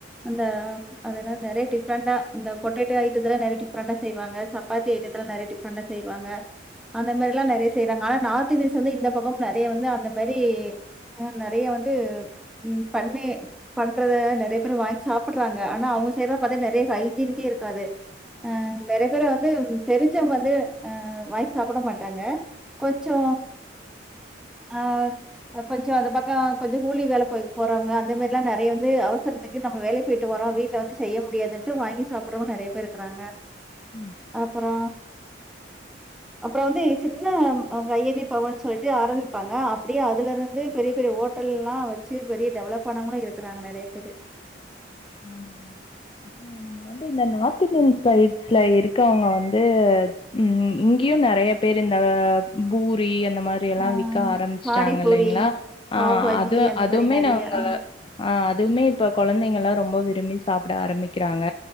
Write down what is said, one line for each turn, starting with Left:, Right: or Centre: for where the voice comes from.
Centre: அந்த ம் அதென்னது நெறய டிஃப்ரெண்டா அந்த பொட்டேட்டோ ஐட்டத்தலா நெறய டிஃப்ரெண்டா செய்வாங்க சப்பாத்தி ஐட்டத்தலா நெறய டிஃப்ரெண்டா செய்வாங்க அந்த மாரிலா நறய செய்றாங்க ஆனா நார்த் இந்தியன்ஸ் வந்து இந்த பக்கம் நெறைய வந்து அந்த மாரி அ நெறைய வந்து ம் பண்ணி பண்றத நெறைய பேரு வாங் சாப்புட்றாங்க ஆனா அவுங்க செய்ற பாத்த நெறைய ஹைஜீனிக்கே இருக்காது அ நெறைய பேர வந்து ம்‌ தெரிஞ்சவுங்க வந்து அ வாங்கி சாப்புட மாட்டாங்க கொஞ்சோ ஆ கொஞ்சொ அந்த பக்கொ கொஞ்ச கூலி வேல போய போறவங்க அந்த மாரில்லா நெறைய வந்து அவசரத்துக்கு நம்ம வேலை போயிட்டு வரோ வீட்ல வந்து செய்ய முடியாதுன்ட்டு வாங்கி சாப்புடுறவ நெறைய பேர் இருக்குறாங்க
Left: ம்
Centre: அப்பறோ அப்புறோ வந்து சித்னம் அ கையேந்தி பவன் சொல்ட்டு ஆரம்மிப்பாங்க அப்டியே அதுலருந்து பெரிய பெரிய ஹோட்டல்லா வச்சு பெரிய டெவலப் பானவங்களு இருக்குறாங்க நெறைய பேரு
Left: ஆமா ஆமா அப்ரோ நம்ம வந்து இந்த நாத் த்துஇந்தியன் சைட்ஸ்ல இருக்கவுங்க வந்து உம் இங்யு நெறைய பேர் இந்த அ பூரி அந் இந்த மாரியெல்லா
Centre: ஆ
Left: விக்க ஆரம்மிச்ட்டாங்கள்லைங்ளா
Centre: பானிபூரி,
Left: ஆ
Centre: பாவ் பாஜி
Left: அது
Centre: அந்த
Left: அதுவ்மே
Centre: மாரி நெறைய.
Left: நாங்க
Centre: ஆ
Left: அ அதுவ்மே இப்ப கொழந்தைங்கள் ரொம்ப விரும்பி சாப்புட ஆரம்மிக்கிறாங்க